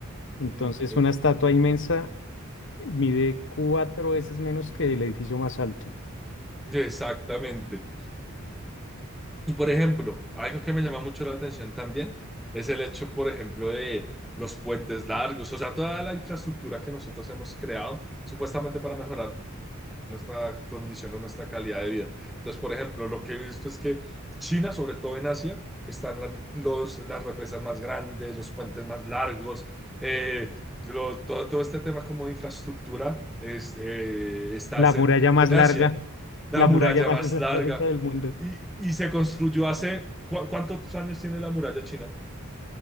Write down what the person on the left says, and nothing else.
Entonces,
una estatua inmensa eh, mide cuatro veces menos que el edificio más alto.
La
muralla
más
larga,
la
muralla más
<laughs>
larga del mundo.